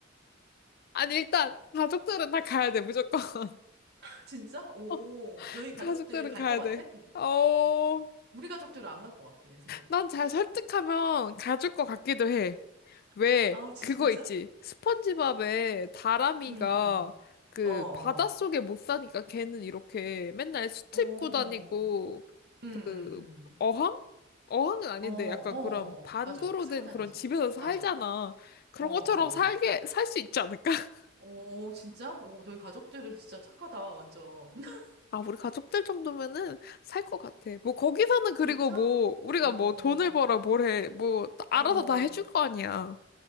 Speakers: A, on the left; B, on the right.
A: 아니, 일단, 가족들은 다 가야 돼, 무조건. <laughs>
B: <laughs> 진짜? 오,
A: 어,
B: 너희 가족들
A: 가족들은
B: 갈
A: 가야
B: 것 같아?
A: 돼.
B: 근데?
A: 어,
B: 우리 가족들은 안 갈 것 같아, 내 생각에.
A: 난 잘 설득하면 가줄 것 같기도 해. 왜?
B: <laughs> 아, 진짜?
A: 그거 있지. 스펀지밥에 다람이가
B: 응, 응.
A: 그
B: 어, 어.
A: 바닷속에 못 사니까 걔는 이렇게 맨날 수트
B: 어,
A: 입고 다니고
B: 응, 응,
A: 그
B: 응.
A: 어항? 어항은 아닌데
B: 어, 어,
A: 약간 그런 반구로
B: 어. 맞아. 쓰고
A: 된
B: 다니지.
A: 그런 집에서 살잖아.
B: 맞아. 어,
A: 그런
B: 어, 어.
A: 것처럼 살게 살 수 있지 않을까? <laughs>
B: 오, 진짜? 오, 너희 가족들은 진짜 착하다, 완전. <laughs>
A: 아, 우리 가족들 정도면은 살 것 같아. 뭐 거기서는 그리고
B: 진짜?
A: 뭐 우리가
B: 어,
A: 뭐 돈을 벌어 뭘 해. 뭐 알아서
B: 어,
A: 다 해줄 거 아니야.